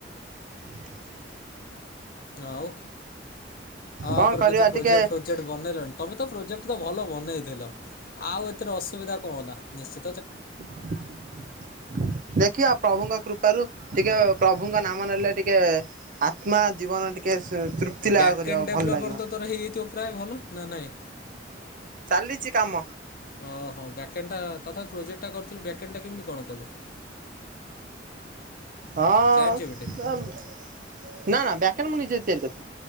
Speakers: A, on the right; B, on the left.
A: ହ
B: ଆଉ ଆପରେ
A: କଣ କରିବା
B: କିଛି ପ୍ରୋଜେକ୍ଟ
A: ଟିକେ
B: ଫୋଜେକ୍ଟ ବନେଇଲାଣି ତମେ ତ ପ୍ରୋଜେକ୍ଟ ତ ଭଲ ବନେଇଥିଲ। ଆଉ ଏଥିରେ ଅସୁବିଧା କଣ ହେଲା ନିଶ୍ଚି
A: ଦେଖିବା ପ୍ରଭୁଙ୍କ କୃପାରୁ ଟିକେ ପ୍ରଭୁଙ୍କ ନାମ ନେଲେ ଟିକେ ଆତ୍ମା ଜୀବନ ଟିକେ ତୃପ୍ତି ଲାଭ
B: ବ୍ୟାକଣ୍ଡ
A: କରିବ
B: ଡେଭଲପର
A: ଭଲ ଲାଗିବ।
B: ତ ତୋର ହେଇଯାଇଥିବ ପ୍ରାୟ ଭଲ ନା ନାଇଁ?
A: ଚାଲିଛି କାମ
B: ଓ ହୋ ବ୍ୟାକେଟା ତଥାପି ପ୍ରୋଜେକ୍ଟ ଟା କରିଥିଲୁ ବ୍ୟାକେଟା କେମିତି କଣ କଲୁ?
A: ହଁ
B: ଚାଟ୍ ଜିପିଟି
A: ନା ନା ବ୍ୟାକେଟ ମୁଁ ନିଜେ ତିଆରି କରିଛି।